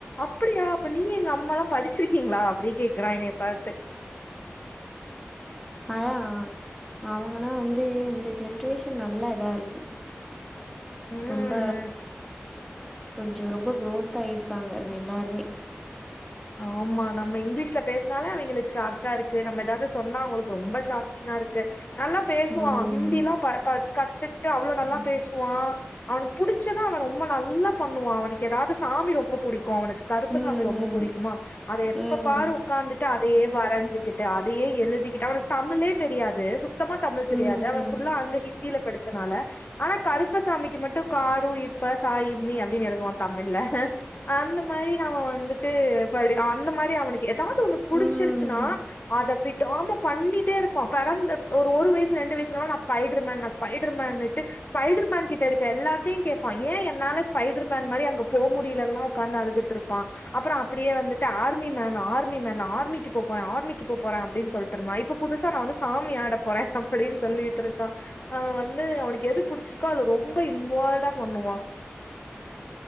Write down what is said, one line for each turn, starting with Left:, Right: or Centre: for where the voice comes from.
Left: அப்டியா அப்ப நீ எங்க அம்மாலா படிச்சிருக்கீங்ளா அப்டி கேக்குறா என்னைய பாத்து
Centre: அதா அவங்கனா வந்து இந்த ஜென்ரேஷன் நல்லா இதா இருக்கு
Left: ம்
Centre: ரொம்ப கொஞ்சோ ரொம்ப குரோத் ஆயிருக்காங்க எல்லாருமே
Left: ஆமா நம்ம இங்கிலீஷ்ல பேஸ்னாலே அவங்களுக்கு ஷாக்கா இருக்கு நம்ம எதாது சொன்னா அவுங்களுக்கு ரொம்ப ஷாக்கிங்கா இருக்கு கு நல்லா பேசுவா
Centre: ம்.
Left: ஹிந்திலா ப க கத்துக்கிட்டு அவ்ளோ நல்லா
Centre: ம்,
Left: பேசு வா அவனுக் புடிச்சுன்னா அவ ரொம்ப நல்லா பண்ணுவா அவனுக்கு எதாது சாமி ரொம்ப புடிக்கு அவனுக்கு கருப்பசாமி
Centre: ம்,
Left: ரொம்ப புடிக்குமா அத எப்ப
Centre: ம்,
Left: பாரு உக்காந்துட்டு அதயே வரைஞ்சுக்கிட்டு அதயே எழுதிக்கிட்டு அவனுக்கு தமிழே தெரியாது சுத் தமா தமிழ் தெரியாது
Centre: ம்,
Left: அவ ஃபுல்லா அங்க ஹிந்தில படிச்சனால ஆனா கருப்பசாமிக்கு மட்டு க ரு இப் ப சா இம் மி அப்படினு எழுதுவா தமிழ்ல அந்த மாரி அவ வந்துட்டு படி அந்த மாரி அவனுக்கு எதாது ஒண்ணு புடிச்சிருச்சுன்னா
Centre: ம்.
Left: அத விடாம பண்ணிட்டே இருப்பா பிறந்து ஒரு ஒரு வயசு ரெண்டு வயசுலலா நா ஸ்பைடர் மேன் நா பைடர் மேனுட்டு ஸ்பைடர் மேன் கிட்ட இருக்க எல்லாத்தையு கேப்பா ஏ என்னால ஸ்பைடர் மேன் மாரி அங்க போ முடியலல்லா உக்காந்து அழுதுட்டு இருப்பா அப்புறோ அப்டியே வந்துட்டு ஆர்மி மேன் ஆர்மி மேன் நா ஆர்மிக்கு போ போறே ஆர்மிக்கு போ போறே அப்படின் சொல் டுருந்தா இப்ப புதுசா நா வந்து சாமி ஆட போறே அப்படின் சொல்லிட்டு இருக்கா அவ வந்து அவனுக்கு எது புடிச்சிருக்கோ அதுல ரொம்ப இன்வால்டா பண்ணுவா